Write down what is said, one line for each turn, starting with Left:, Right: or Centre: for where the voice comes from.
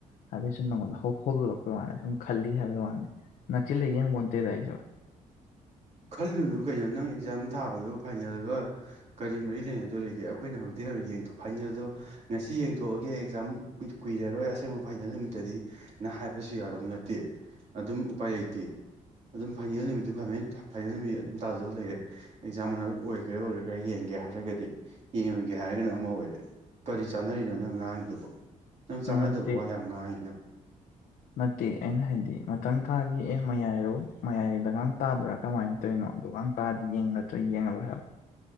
Left: ꯍꯥꯏꯕꯩ ꯁꯨꯝ ꯅꯪꯉꯣꯟꯗ ꯍꯧꯗꯣꯔꯛꯄꯩ ꯋꯥꯅꯤ ꯁꯨꯝ ꯈꯜꯂꯤ ꯍꯥꯏꯕꯩꯒꯤ ꯋꯥꯅꯦ ꯅꯛꯆꯤꯜꯂ ꯌꯦꯡꯕ ꯅꯠꯇꯦꯗ ꯑꯩꯁꯨ
Right: ꯈꯜꯂꯨꯅꯨ ꯀꯩꯅꯣ ꯅꯪ ꯑꯦꯛꯖꯥꯝ ꯊꯥꯕꯗꯨꯒ ꯐꯥꯏꯅꯦꯜꯒ ꯀꯔꯤ ꯃꯔꯤ ꯂꯩꯅꯗꯣꯔꯤꯒꯦ ꯑꯩꯈꯣꯏꯅ ꯍꯧꯖꯤꯛꯇꯩ ꯌꯦꯡꯊꯣꯛ ꯐꯥꯏꯅꯦꯜꯗꯣ ꯉꯁꯤ ꯌꯦꯡꯊꯣꯛꯑꯒꯦ ꯑꯦꯛꯖꯥꯝ ꯀꯨꯏꯔꯔꯣꯏ ꯑꯁꯦꯡꯕ ꯐꯥꯏꯅꯦꯜ ꯅꯨꯃꯤꯠꯇꯗꯤ ꯅ ꯍꯥꯏꯕꯁꯨ ꯌꯥꯗꯧ ꯅꯠꯇꯦ ꯑꯗꯨꯝ ꯎꯄꯥꯏ ꯂꯩꯇꯦ ꯑꯗꯨꯝ ꯐꯥꯏꯅꯦꯜ ꯅꯨꯃꯤꯠꯇꯨ ꯐꯝꯅ‌ꯦꯜ ꯊꯥ ꯐꯥꯏꯅꯦꯜ ꯅꯨꯃꯤꯠ ꯑꯗꯨꯝ ꯇꯥꯖꯗꯧ ꯂꯩꯔꯦ ꯑꯦꯛꯖꯥꯝ ꯃꯅꯥꯛ ꯑꯣꯏꯒꯦꯔꯥ ꯑꯣꯏꯔꯣꯏꯒꯦꯔꯥ ꯌꯦꯡꯒꯦ ꯍꯥꯏꯔꯒꯗꯤ ꯌꯦꯡꯉꯨꯒꯦ ꯍꯥꯏꯔꯒꯅ ꯑꯃ ꯑꯣꯏꯔꯦ ꯀꯔꯤ ꯆꯥꯟꯅꯔꯤꯅꯣ ꯅꯪ ꯉꯥꯡꯉꯤꯗꯨꯕꯣ ꯅꯪ ꯆꯥꯟꯅꯗꯕ
Left: ꯅꯠꯇꯦ
Right: ꯋꯥ ꯌꯥꯝ ꯉꯥꯡꯉꯤ ꯅꯪ
Left: ꯅꯠꯇꯦ ꯑꯩꯅ ꯍꯥꯏꯗꯤ ꯃꯊꯪ ꯊꯥꯒꯤ ꯑꯦ ꯃꯌꯥꯏꯔꯣ ꯃꯌꯥꯏꯗꯒ ꯇꯥꯗ꯭ꯔꯥ ꯀꯃꯥꯏꯅ ꯇꯩꯅꫭ ꯑꯗꯩꯋꯥꯡ ꯇꯥꯥꯗꯤ ꯌꯦꯡꯉ ꯅꯠꯇ꯭ꯔꯒ ꯌꯦꯡꯉꯔꯣꯏ ꯍꯥꯏꯕ